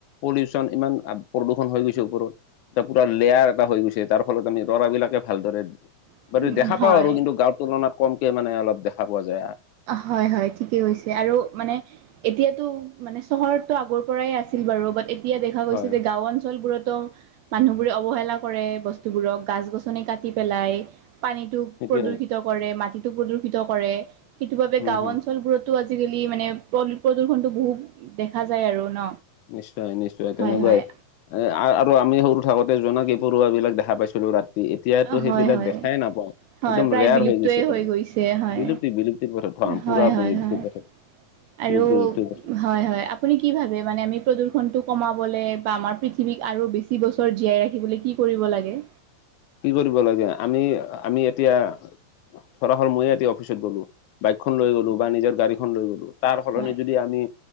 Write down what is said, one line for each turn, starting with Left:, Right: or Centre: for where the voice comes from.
Left: পলিউচন ইমান প্ৰদূষণ হৈ গৈছে ওপৰত এটা পুৰা লেয়াৰ এটা হৈ গৈছে তাৰ ফলত আমি তৰা বিলাকে ভালদৰে
Right: হয়
Left: বাৰু দেখা
Right: হয়
Left: পাওঁ খনআৰু কিন্তু গাঁৱ তুলনাত কমকে মানে অলপ দেখা পোৱা যায়
Right: হয় হয় ঠিকেই কৈছে আৰু মানে এতিয়াতো মানে চহৰতটো আগৰ পৰাই আছিল বাৰু বাট এ এতিয়া দেখা গৈছে
Left: হয়
Right: যে গাঁও অঞ্চলবোৰত ও মানুহবোৰে অৱহেলা কৰে বস্তুবোৰক গাছ গছনি মানে কাটি পেলাই পানীটো
Left: সেইটোৱে
Right: প্ৰদূষিত কৰে, মাটিটো প্ৰদূষিত কৰে। সেইটো বাবে
Left: হম
Right: গাঁও
Left: হম
Right: অঞ্চলবোৰতো আজিকালি মানে প্ৰ প্ৰদূষণটো বহুত দেখা যায় আৰু ন।
Left: নিশ্চয় নিশ্চয় তেনেকুৱাই।
Right: হয় হয়
Left: এ আৰু আমি সৰু থাকোতে জোনাকী পৰুৱাবিলাক দেখা পাইছিলোঁ ৰাতি ই এতিয়াতো সেইবিলাক
Right: হয় হয়
Left: দেখাই নাপাওঁ,
Right: হয়
Left: একদম
Right: প্ৰায়
Left: ৰেয়াৰ
Right: বিলুপ্তয়ে
Left: হৈ গৈছে আৰু
Right: গৈছে হয়
Left: বিলুপ্তি বিলুপ্তি।
Right: হয় হয় হয়
Left: <inaudible>
Right: আৰু
Left: বিলুপ্তিৰ পথত
Right: হয় হয় আপু আপুনি কি ভাবে মানে আমি প্ৰদূষণটো কমাবলে বা আমাৰ পৃথিৱীক আৰু বেছি বছৰ জীয়াই ৰাখিবলৈ কি কৰিব লাগে?
Left: কি কৰিব লাগে আমি আমি এতিয়া ধৰা হল ময়ে এতিয়া অফিচত গ'লো, বাইকখন লৈ গ'লো বা নিজৰ গাড়ীখন লৈ গ'লো। তাৰ সলনি
Right: হয়
Left: যদি আমি